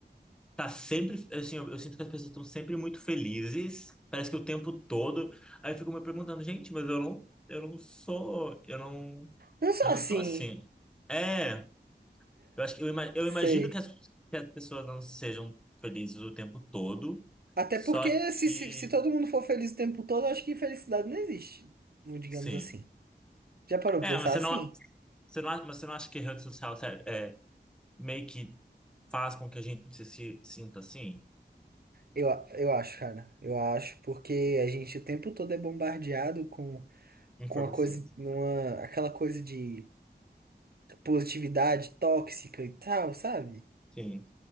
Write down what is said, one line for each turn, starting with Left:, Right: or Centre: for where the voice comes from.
Centre: tá sempre, assim, eu, eu sinto que as pessoas estão sempre muito felizes, parece que o tempo todo. Aí eu fico me perguntando, gente, mas eu não, eu não sou, eu não,
Right: Não só
Centre: eu não
Right: assim,
Centre: sou assim. É, eu acho que eu, ima- eu
Right: sei.
Centre: imagino que as, que as pessoas não sejam felizes o tempo todo,
Right: Até
Centre: só
Right: porque
Centre: que,
Right: se, se, se todo mundo for feliz o tempo todo, eu acho que felicidade não existe, digamos
Centre: sim.
Right: assim. Já parou
Centre: É,
Right: pra pensar
Centre: mas você
Right: assim?
Centre: não, você não, mas você não acha que a rede social, sério, é, meio que faz com que a gente se, se sinta assim?
Right: Eu, a- eu acho, cara. Eu acho, porque a gente o tempo todo é bombardeado com,
Centre: Informações.
Right: com a coisa, uma, aquela coisa de positividade tóxica e tal, sabe?
Centre: Sim,